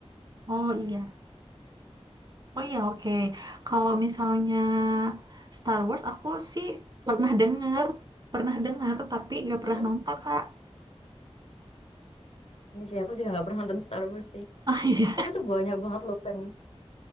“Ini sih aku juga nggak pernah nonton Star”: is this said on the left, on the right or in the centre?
Left